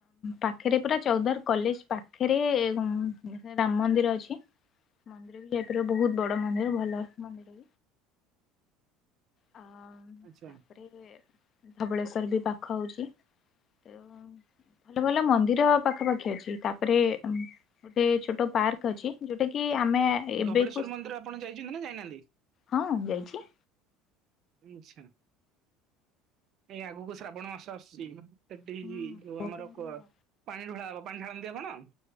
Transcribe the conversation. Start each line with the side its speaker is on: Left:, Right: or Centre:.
Left: ପାଖରେ ପୁରା ଚଉଦାର କଲେଜ ପାଖରେ ରାମ ମନ୍ଦିର ଅଛି, ମନ୍ଦିର ବି ଯାଇପାରିବ ବହୁତ ବଡ଼ ମନ୍ଦିର ଭଲ ମନ୍ଦିର। ହଁ।
Right: ଆଚ୍ଛା।
Left: ତାପରେ ଧବଳେଶ୍ୱର ବି ପାଖ ହେଉଛି, ତେଣୁ ଭଲ ଭଲ ମନ୍ଦିର ପାଖାପାଖି ଅଛି, ତାପରେ ଗୋଟେ ଛୋଟ ପାର୍କ ଅଛି। ଜୋଉଟା କି ଆମେ ଏବେକୁ
Right: ଧବଳେଶ୍ୱଵର ମନ୍ଦିର ଆପଣ ଯାଇଛନ୍ତି ନା ଯାଇନାହାନ୍ତି?
Left: ହଁ ଯାଇଛି।
Right: ଆଚଛା ଏ ଆଗକୁ ଶ୍ରାବଣ ମାସ ଆସୁଛି ତ? ସେଠି
Left: ହୁଁ
Right: ଯୋଉ
Left: ବହୁତ
Right: ଆମର
Left: ଭିଡ଼।
Right: ପାଣି ଢଳା ହବ, ପାଣି ଢାଳନ୍ତି ଆପଣ?